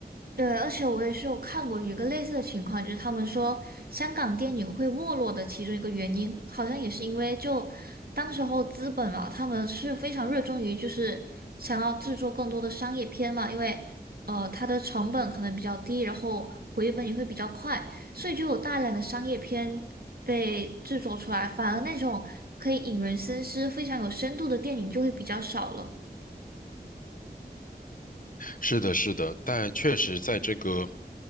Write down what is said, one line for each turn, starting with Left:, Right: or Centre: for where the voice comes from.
Right: 对，而且我也是有看过一个类似的情况，就是他们说香港电影会没落的其中一个原因，好像也是因为就当时候资本嘛，他们是非常热衷于就是想要制作更多的商业片嘛，因为呃它的成本可能比较低，然后回本也会比较快，所以就有大量的商业片被制作出来，反而那种可以引人深思、非常有深度的电影就会比较少了。
Left: 是的，是的，但确实在这个